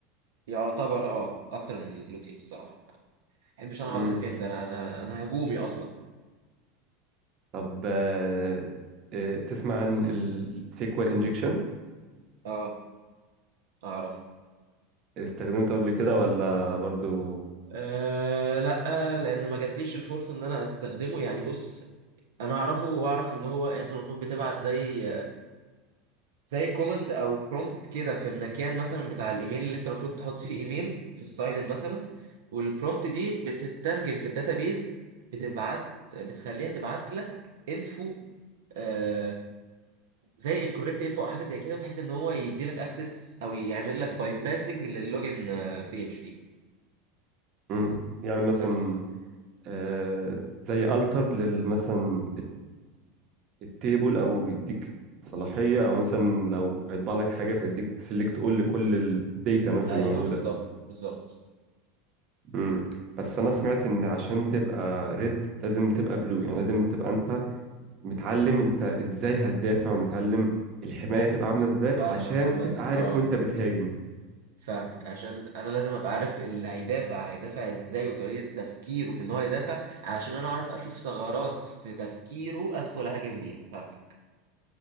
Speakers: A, on the right; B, on the right.
A: يعتبر اه اكتر من البلو تيم الصراحة ما بحبش انا
B: مم.
A: اقعد اديفند انا انا انا هجومي اصلا
B: طب آه، آه، تسمع عن السيكوال انجكشن
A: اه اعرف
B: استخدمته قبل كده ولا برضو
A: أه لا لان ما جاتليش الفرصه ان انا استخدمه يعني بص انا اعرفه واعرف ان هو انت المفروض بتبعت زي زي كومند او برومبت كده في المكان مثلا بتاع الايميل اللي انت المفروض تحط فيه ايميل في الساين ان مثلا والبرومبت دي بتترجم في الداتابيز بتبعت بتخليها تبعت لك انفو آه زي انكوركت انفو او حاجه زي كده بحيث ان هو يدي لك اكسس او يعمل لك باي باسنج للوجن بيج دي
B: مم. يعني مثلا
A: بس
B: آه، زي التر للمثلا التيبل او يديك صلاحية او مثلا لو هيطبع لك حاجة فيديك سيلكت اول لكل الداتا مثلا
A: ايوه
B: الموجودة
A: بالظبط بالظبط
B: امم بس انا سمعت ان عشان تبقى ريد لازم تبقى بلو يعني لازم تبقى انت متعلم انت ازاي هتدافع ومتعلم الحماية تبقى عاملة ازاي
A: فاهمك
B: عشان
A: عامه
B: تبقى عارف
A: اه
B: وانت بتهاجم
A: فاهمك عشان انا لازم ابقى عارف اللي هيدافع هيدافع ازاي وطريقة تفكيره في ان هو يدافع علشان انا اعرف اشوف ثغرات في تفكيره ادخل اهاجم بيها فاهمك